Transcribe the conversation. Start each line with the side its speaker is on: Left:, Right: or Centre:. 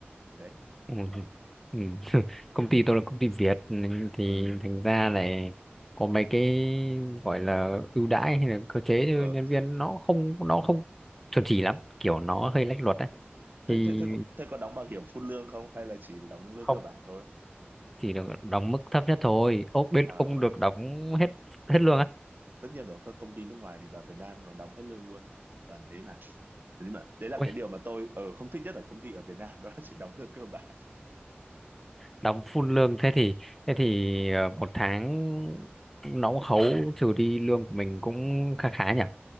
Right: ở đấy
Centre: Ừ. Ừ. <laughs> Công ty tôi là công ty Việt nên thì
Right: ừ.
Centre: thành ra lại có mấy cái gọi là ưu đãi hay là cơ chế cho
Right: ờ.
Centre: nhân viên nó không nó không chuẩn chỉ lắm kiểu nó hơi lách luật đấy
Right: thế,
Centre: thì
Right: thế, thế, có- thế có đóng bảo hiểm phun lương không hay là chỉ đóng lương
Centre: không
Right: cơ bản thôi
Centre: chỉ được đóng mức thấp nhất thôi ốp bên
Right: À,
Centre: ông được đóng hết hết lương
Right: ờ, tất nhiên rồi các công ty nước ngoài thì vào Việt Nam nó đóng hết lương luôn toàn thế mà Thế nhưng mà đấy là
Centre: Ui,
Right: cái điều mà tôi ở không thích nhất ở công ty ở Việt Nam đó là chỉ đóng lương cơ bản
Centre: đóng full lương thế thì thế thì ờ, một tháng nó cũng khấu trừ đi lương của mình cũng khá khá nhỉ